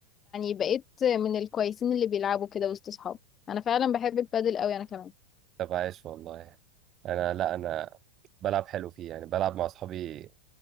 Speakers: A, on the left; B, on the right.
A: بقيت من الكويسين اللي بيلعبوا كده وسط صحابي أنا فعلا بحب البادل قوي أنا كمان
B: طب عايش والله انا لا انا بلعب حلو فيه يعني بلعب مع اصحابي